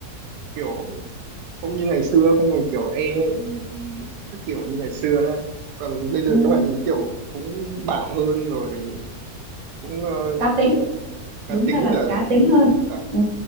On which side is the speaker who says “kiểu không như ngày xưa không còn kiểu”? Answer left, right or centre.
Right